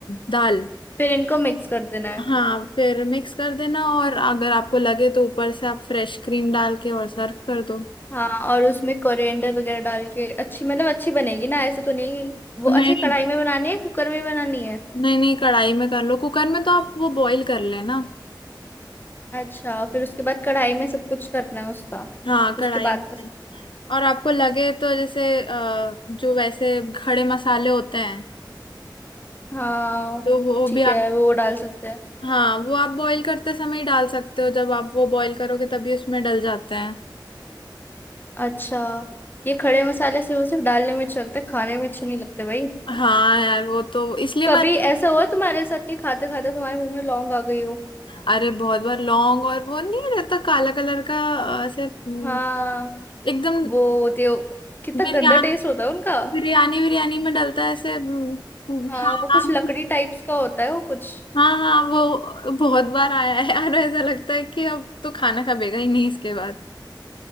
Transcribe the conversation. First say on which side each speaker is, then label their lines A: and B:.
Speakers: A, on the left (about 85°); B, on the left (about 25°).
A: दाल
B: फिर इनको मिक्स कर देना है
A: हाँ फिर मिक्स कर देना और अगर आपको लगे तो ऊपर से आप फ्रेश क्रीम डाल के और सर्व कर दो
B: हाँ और उसमें कोरिएंडर वगैरह डाल के अच्छी मतलब अच्छी बनेगी ना ऐसे तो नहीं कि- वो
A: नहीं
B: अच्छे कढ़ाई में बनानी है कुकर में बनानी है
A: नहीं नहीं कढ़ाई में कर लो कुकर में तो आप वो बॉईल कर लेना
B: अच्छा फिर उसके बाद कढ़ाई में सब कुछ करना है उसका
A: हाँ
B: उसके
A: कढ़ाई
B: बाद
A: में
B: का
A: और आपको लगे तो जैसे अ, जो वैसे खड़े मसाले होते हैं
B: हाँ
A: तो वो
B: ठीक
A: भी
B: है
A: आप
B: वो डाल सकते हैं
A: हाँ वो आप बॉईल करते समय ही डाल सकते हो जब आप वो बॉईल करोगे तभी उसमें डल जाते हैं
B: अच्छा ये खड़े मसाले सिर्फ सिर्फ डालने में अच्छा लगता है खाने में अच्छे नहीं लगते भाई
A: हाँ यार वो तो इसलिए
B: कभी
A: मैं
B: ऐसा हुआ तुम्हारे साथ कि खाते खाते तुम्हारे मुंह में लौंग आ गई हो
A: अरे बहुत बार लौंग और वो नहीं रहता काला कलर का अ, ऐसे हम्म,
B: हाँ
A: एकदम
B: वो होती हो कितना
A: बिरयानी
B: गंदा टेस्ट होता है उनका
A: बिरयानी बिरयानी में डलता है ऐसे हम्म,
B: हाँ
A: हाँ
B: वो कुछ
A: हाँ
B: लकड़ी टाइप्स का होता है वो कुछ
A: हाँ हाँ वो बहुत बार आया है यार ऐसा लगता है कि अब तो खाना खाबेगा ही नहीं इसके बाद